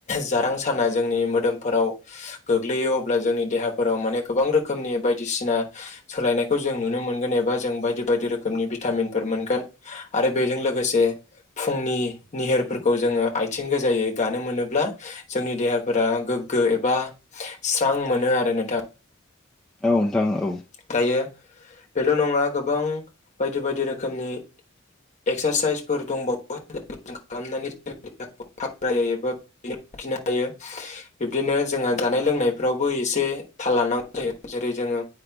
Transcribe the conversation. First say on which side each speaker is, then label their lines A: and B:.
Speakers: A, on the left (about 35°); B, in the centre.
A: जारां साना जोंनि मोदोमफोराव गोग्लैयो अब्ला जोंनि देहाफोराव माने गोबां रोखोमनि बायदिसिना सोलायनायखौ जों नुनो मोनगोन एबा जों बायदि बायदि रोखोमनि भितामिनफोर मोनगोन आरो बेजों लोगोसे फुंनि नि निहिरफोरखौ जोऔङो आथिं गोजायै गानो मोनोब्ला जोंनि देहाफोरा गोग्गो ए बा स्रां मोनो आरो नोंथां
B: औ नोंथां औ
A: दायो बेल नङा गोबां बायदि बायदि रोखोमनि एक्सारसाइसफोर दंबावो जायखौ जों खालामनानै जोंनि देहाखौ हायो एबा लाखिनो हायो बिब्दिनो जोंहा
B: औ
A: जानाय लोंनायफ्रावबो एसे थाल लानांगौ जायो जेरै जोंङो